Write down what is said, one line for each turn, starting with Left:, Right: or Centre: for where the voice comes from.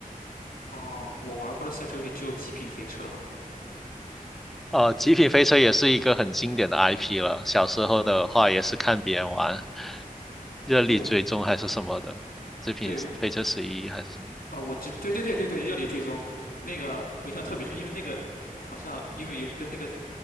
Left: 哦，我玩过的赛车游戏只有《极品飞车》。
Centre: 呃，极品飞车也是一个很经典的 IP 了。小时候的话，也是看别人玩，热力追踪还是什么的，
Left: 对，
Centre: 极品飞车十一还是什么
Left: 对，我啊，我知，对对对对对，热力追踪那个我印象特别深，因为那个好像因为有跟那个